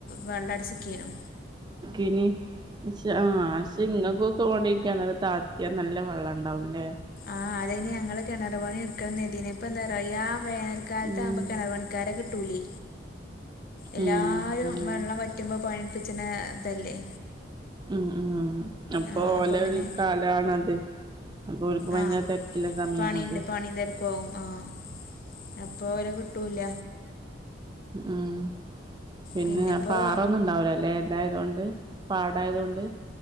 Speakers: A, on the left; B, on the right.
A: വെള്ളടിച്ചിക്കീനു
B: പിന്ന ആ പക്ഷെ ഇങ്ങൾക്കൊക്കെ ഓണ്ടിരിക്കണടു തത്തിയാ നല്ല വെള്ളം ഉണ്ടാവു ഇല്ലേ <unintelligible>
A: ആ അതന് ഞങ്ങള് കിണറ് പണി എടുക്കുന്ന ഇപ്പൊ എന്താ പറ വേനൽ കാലത്താകുമ്പോ
B: ഉം
A: കിണർ പണിക്കാരെ കിട്ടൂലേ എല്ലാരും
B: ഉം അങ്ങനെ
A: വെള്ളം വറ്റുമ്പോ പണിപ്പിച്ചണ ഇതല്ലേ
B: ഉ ഉ അപ്പൊ
A: ആഹ്
B: ഓലെരു
A: പിന്നെ
B: കാലണത് അപ്പൊ അവക്ക് ഭയങ്കര
A: ആഹ്
B: തിരക്കില്ല സമയണത്
A: പണിണ്ട് പണിയും തിരക്കും ആവും ആഹ് അപ്പൊ ഓരോ കിട്ടൂല്ല
B: ഉം പിന്നെ
A: പിന്നെപ്പോ
B: പാറൊന്നും ഉണ്ടാവലോ അല്ലെ എന്തായതുകൊണ്ട് പാടായതു കൊണ്ട്